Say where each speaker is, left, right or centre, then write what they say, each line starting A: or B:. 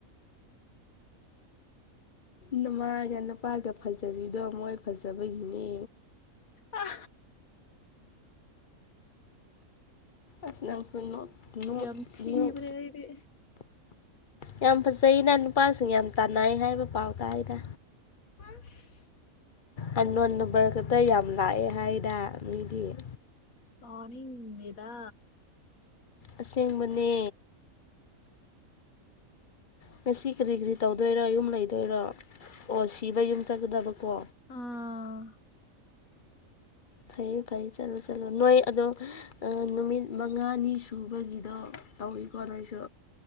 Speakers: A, on the left; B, on the left.
A: ꯅꯃꯥꯒ ꯅꯨꯄꯥꯒ ꯐꯖꯔꯤꯗꯣ ꯃꯣꯏ ꯐꯖꯕꯒꯤꯅꯦ
B: ꯑ <unintelligible>
A: ꯑꯁ ꯅꯪꯁꯨ ꯅꯣꯛ ꯅꯣꯛ
B: ꯌꯥꯝ ꯊꯤꯕꯔꯦ
A: ꯅꯣꯛ
B: ꯑꯩꯗꯤ
A: ꯌꯥꯝ ꯐꯖꯩꯩꯅ ꯅꯨꯄꯥꯁꯤꯡ ꯌꯥꯝ ꯇꯥꯟꯅꯩ ꯍꯥꯏꯕ ꯄꯥꯎ ꯇꯥꯏꯗ
B: ꯍꯥꯁ
A: ꯑꯟ ꯅꯣꯟ ꯅꯝꯕꯔ ꯈꯛꯇ ꯌꯥꯝ ꯂꯥꯛꯑꯦ ꯍꯥꯏꯗ ꯃꯤꯗꯤ
B: ꯇꯥꯅꯤꯡꯗꯦꯗ
A: ꯑꯁꯦꯡꯕꯅꯦ ꯉꯁꯤ ꯀꯔꯤ ꯀꯔꯤ ꯇꯧꯗꯣꯏꯔꯣ ꯌꯨꯝ ꯂꯩꯗꯣꯏꯔꯣ ꯑꯣ ꯁꯤꯕꯩ ꯌꯨꯝ ꯆꯠꯀꯗꯕꯀꯣ
B: ꯑꯥ
A: ꯐꯩꯌꯦ ꯐꯩꯌꯦ ꯆꯠꯂꯣ ꯆꯠꯂꯣ ꯅꯣꯏ ꯑꯗꯣ ꯅꯨꯃꯤꯠ ꯃꯉꯥꯅꯤ ꯁꯨꯕꯒꯤꯗꯣ ꯇꯧꯏꯀꯣ ꯅꯣꯏꯁꯨ